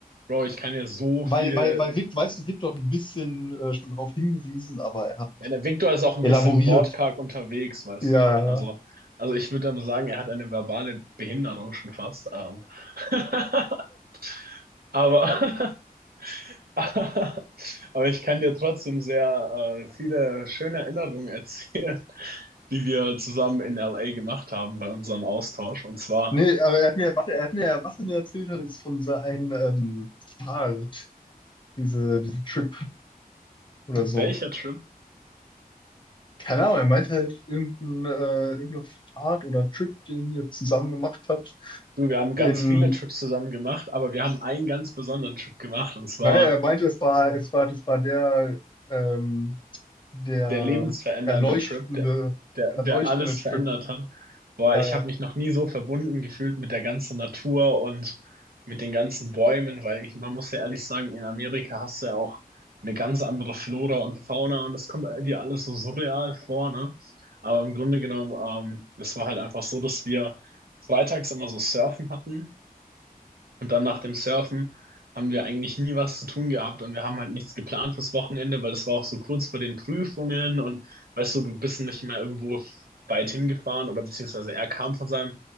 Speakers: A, on the right (about 75°); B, on the left (about 30°).
A: Bro, ich kann ja so
B: Weil,
A: viele.
B: weil, weil Vic, weißt du, Vic dort ein bisschen äh, schon drauf hingewiesen, aber er hat nicht
A: Ja, der Victor ist auch ein
B: elaboriert.
A: bisschen wortkarg unterwegs, weißt
B: Ja,
A: du?
B: ja,
A: Also,
B: ja.
A: also ich würde aber sagen, er hat eine verbale Behinderung schon fast. Ähm. <laughs> Aber, <laughs> aber ich kann dir trotzdem sehr äh, viele schöne Erinnerungen erzählen, die wir zusammen in LA gemacht haben bei unserem Austausch. Und zwar,
B: Nee, aber er hat mir, warte, er hat mir, was er mir erzählt hat, ist von seinem ähm, Fahrt, diese, diese Trip oder so.
A: welcher Trip?
B: Keine Ahnung, er meinte halt irgendein, äh, irgendeine Fahrt oder Trip, den ihr zusammen gemacht habt.
A: Du, wir haben ganz
B: In,
A: viele Trips zusammen gemacht, aber wir haben einen ganz besonderen Trip gemacht und zwar
B: naja, er meinte, es war, es war, das war der, ähm, der
A: der lebensverändernde
B: erleuchtende,
A: Trip, der, der,
B: der
A: der
B: erleuchtende
A: alles
B: Trip.
A: verändert hat. Boah,
B: Ja,
A: ich
B: ja.
A: habe mich noch nie so verbunden gefühlt mit der ganzen Natur und mit den ganzen Bäumen, weil ich, man muss ja ehrlich sagen, in Amerika hast du ja auch eine ganz andere Flora und Fauna und das kommt dir alles so surreal vor, ne? Aber im Grunde genommen, ähm, es war halt einfach so, dass wir freitags immer so Surfen hatten Und dann nach dem Surfen haben wir eigentlich nie was zu tun gehabt und wir haben halt nichts geplant fürs Wochenende, weil das war auch so kurz vor den Prüfungen und weißt du, du bist nicht mehr irgendwo weit hingefahren oder beziehungsweise er kam von seinem